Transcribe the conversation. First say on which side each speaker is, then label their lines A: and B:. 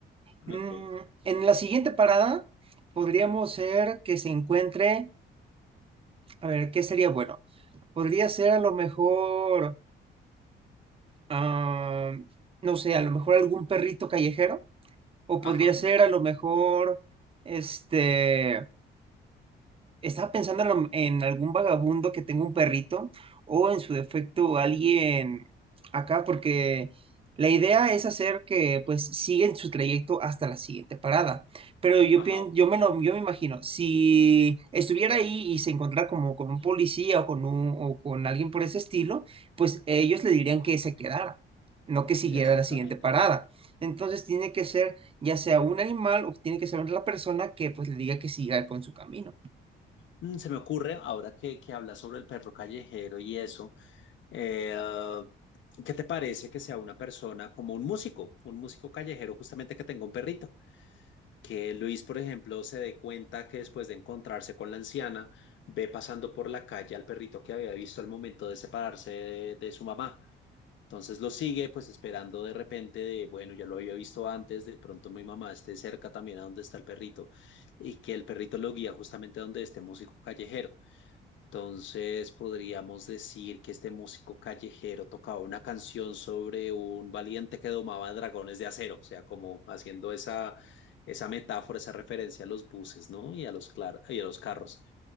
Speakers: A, on the left (about 70°); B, on the right (about 30°).
A: ok.
B: Mm, en la siguiente parada podríamos ser que se encuentre, a ver, ¿qué sería bueno? Podría ser a lo mejor, ah, no sé, a lo mejor algún perrito callejero, o
A: Ajá,
B: podría ser a lo mejor, este, Estaba pensando en, lo- en algún vagabundo que tenga un perrito o en su defecto alguien acá, porque la idea es hacer que pues siguen su trayecto hasta la siguiente parada. Pero yo
A: ajá,
B: pien- yo me lo- yo me imagino, si estuviera ahí y se encontrara como con un policía o con un, o con alguien por ese estilo, pues ellos le dirían que se quedara, no que siguiera
A: exactamente.
B: la siguiente parada. Entonces tiene que ser ya sea un animal o tiene que ser la persona que pues le diga que siga con su camino.
A: Mm, Se me ocurre, ahora que, que hablas sobre el perro callejero y eso, eh, ¿qué te parece que sea una persona como un músico, un músico callejero justamente que tenga un perrito? Que Luis, por ejemplo, se dé cuenta que después de encontrarse con la anciana, ve pasando por la calle al perrito que había visto al momento de separarse de, de su mamá. Entonces lo sigue, pues esperando de repente de, bueno, ya lo había visto antes, de pronto mi mamá esté cerca también a donde está el perrito y que el perrito lo guía justamente a donde este músico callejero. Entonces podríamos decir que este músico callejero tocaba una canción sobre un valiente que domaba dragones de acero, o sea, como haciendo esa, esa metáfora, esa referencia a los buses, ¿no? Y a los, clar- y a los carros.